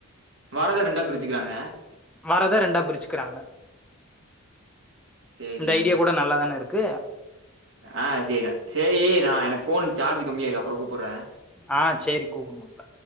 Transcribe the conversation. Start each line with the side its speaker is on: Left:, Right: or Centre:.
Right: வரத ரெண்டா பிரிச்சுக்கிறாங்க
Centre: வரத ரெண்டா பிரிச்சுக்கிறாங்க
Right: சரி
Centre: இந்த
Right: நல்லது.
Centre: ஐடியா கூட நல்லாதான இருக் க்கு
Right: ஆ சேரிடா சேரி நா எனக்கு ஃபோன் சார்ஜ் கம்மியா இருக்கு அப்பறோ கூப்றே
Centre: ஆ சேரி கூப்டு மாப்ள